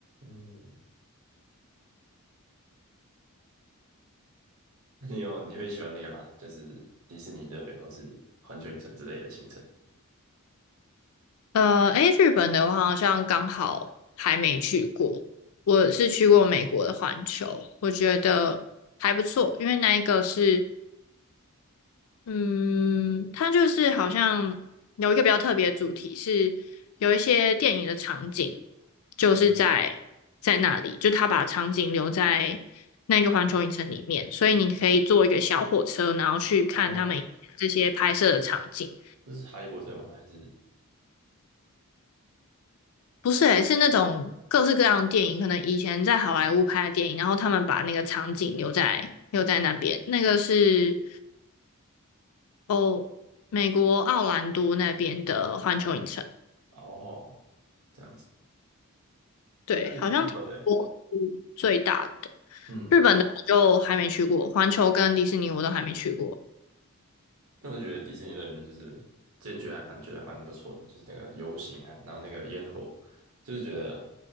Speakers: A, on the right; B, on the left.
A: 嗯？<laughs> 你有你会喜欢那个吗？就是迪士尼乐园或是环球影城之类的行程。
B: 呃，诶，日本的话好像刚好还没去过，我是去过美国的环球，我觉得还不错，因为那一个是嗯，它就是好像有一个比较特别的主题是有一些电影的场景，就是在在那里，
A: 嗯，
B: 就他把场景留在那个环球影城里面，所以你可以坐一个小火车，然后去看他们这些拍摄的场景。
A: 哦，那是哈利波特吗？还是
B: 不是诶，是那种各式各样的电影，可能以前在好莱坞拍的电影，然后他们把那个场景留在留在那边，那个是哦，美国奥兰多那边的环球影城。
A: 哦这样子？
B: 对，
A: 那是日本的欸
B: 好像我是最大的。
A: 嗯，
B: 日本的我就还没去过，环球跟迪士尼我都还没去过。
A: 但我就觉得迪士尼乐园就是进去还蛮觉得蛮不错的，就是那个游行啊，然后那个烟火，就是觉得